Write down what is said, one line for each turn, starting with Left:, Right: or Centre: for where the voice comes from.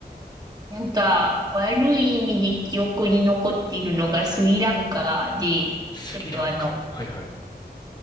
Right: なんか、悪い意味で記憶に残っているのがスリランカで、
Left: スリランカ。
Right: ちょっとあの、
Left: はいはい。